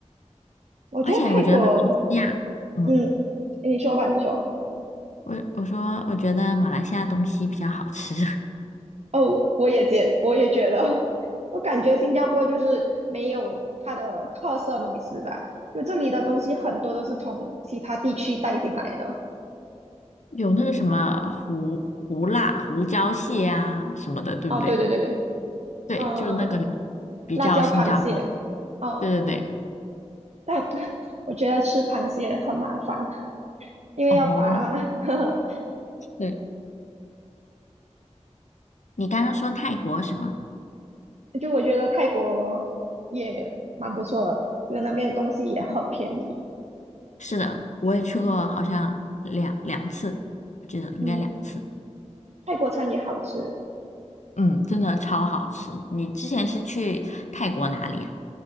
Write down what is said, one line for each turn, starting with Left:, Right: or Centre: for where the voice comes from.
Right: 我觉得泰国，
Left: 而且我觉得马来西亚，嗯，
Right: 嗯，你说吧，你说。
Left: 我我说我觉得马来西亚东西比较好吃，
Right: 哦，我也觉，我也觉得，<laughs> 我感觉新加坡就是没有它的特色美食吧，就这里的东西很多都是从其他地区带进来的。
Left: <laughs> 有那个什么胡胡辣胡椒蟹啊什么的，对不对？
Right: 哦，对对对对，
Left: 对，
Right: 嗯，
Left: 就是那个比较新加坡。
Right: 辣椒螃蟹，嗯，
Left: 对对对，
Right: 但 <laughs> 我觉得吃螃蟹很麻烦，因为要拔嘛。
Left: 哦，
Right: <laughs>
Left: 对，你刚刚说泰国什么？
Right: 就我觉得泰国也蛮不错的，就是那边的东西也很便宜，
Left: 嗯是的，我也去过，好像两两次，我记得应该两次。
Right: 嗯，泰国餐也好吃。
Left: 嗯，真的超好吃。你之前是去泰国哪里呀？